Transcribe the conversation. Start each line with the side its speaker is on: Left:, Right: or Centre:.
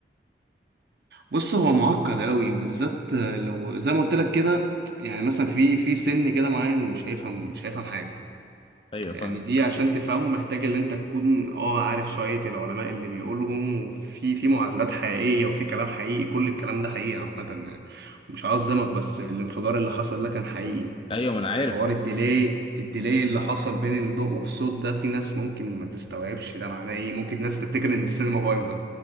Right: بص هو معقد قوي وبالذات لو زي ما قلت لك كده يعني مثلا في في سن كده معين مش هيفهم مش هيفهم حاجه
Left: ايوه
Right: يعني
Left: فاهمك
Right: دي عشان تفهمه محتاج ان انت تكون اه عارف شوية العلماء اللي بيقولهم وفي في معادلات حقيقية وفي كلام حقيقي كل الكلام ده حقيقي عامة يعني. مش عاوز اصدمك بس الانفجار اللي حصل ده كان حقيقي
Left: ايوه ما انا عارف
Right: حوار الديلي الديلي اللي حصل بين الضوء والصوت ده في ناس ممكن ما تستوعبش ده معناه ايه ممكن ناس تفتكر ان السينما بايظة